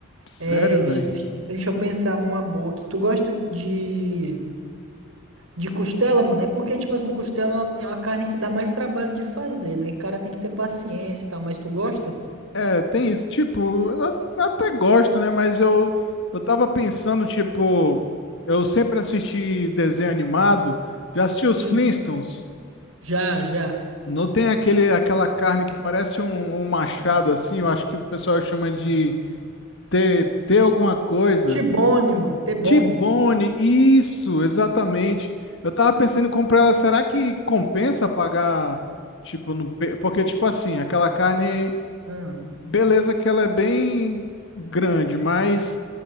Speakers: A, on the left (about 65°); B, on the right (about 85°).
A: sério,
B: É, deixa,
A: velho.
B: deixa, deixa eu pensar numa boa aqui. Tu gosta de, de costela, mano? É porque, tipo assim, costela é uma, é uma carne que dá mais trabalho de fazer, né? O cara tem que ter paciência e tal, mas tu gosta?
A: É, tem isso. Tipo, eu até gosto, né? Mas eu, eu tava pensando, tipo, eu sempre assisti desenho animado, já assisti
B: Sim,
A: os Flintstones.
B: já, já.
A: Não tem aquele, aquela carne que parece um, um machado, assim, eu acho que o pessoal chama de ter, ter alguma coisa.
B: T-bone, mano, T-bone.
A: T-bone, isso, exatamente. Eu tava pensando em comprar ela, será que compensa pagar, tipo, no, pe- porque, tipo assim, aquela carne.
B: Ah,
A: Beleza que ela é bem grande, mas